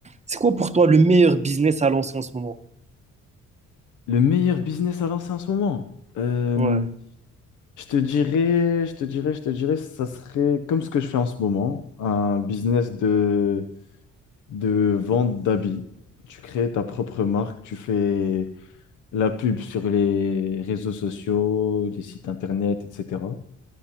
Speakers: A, on the right; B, on the left.
A: C'est quoi pour toi le meilleur business à lancer en ce moment?
B: Le meilleur business à lancer en ce moment? Euh,
A: Ouais,
B: je te dirais, je te dirais, je te dirais, ça serait comme ce que je fais en ce moment, un business de, de vente d'habits. Tu crées ta propre marque, tu fais la pub sur les réseaux sociaux, les sites internet, etc.